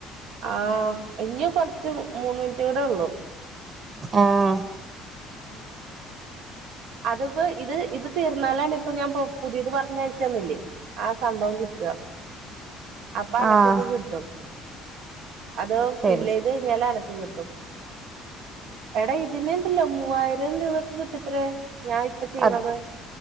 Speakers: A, on the right; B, on the right.
A: ആഹ് ഇനി കുറച്ച് മൂന്ന് മിനിറ്റ് കൂടെ ഉള്ളൂ
B: ആഹ്
A: മ അതിപ്പോ ഇത് ഇത് തീർന്നാലാണ് ഇപ്പൊ ഞാൻ പുതിയത് പറഞ്ഞയച്ച തന്നില്ലേ ആഹ് സംഭവം കിട്ടുക അപ്പൊ അനക്കഇത്
B: ആഹ്
A: കിട്ടും അത്
B: ശരി
A: ഫില് ചെയ്ത് കഴിഞ്ഞാല് അനക്ക് കിട്ടും എടാ ഇതിനെണ്ടല്ലോ മൂവായിരം രൂപക്ക് കിട്ടത്രേ ഞാൻ ചെയ്യണത്
B: അ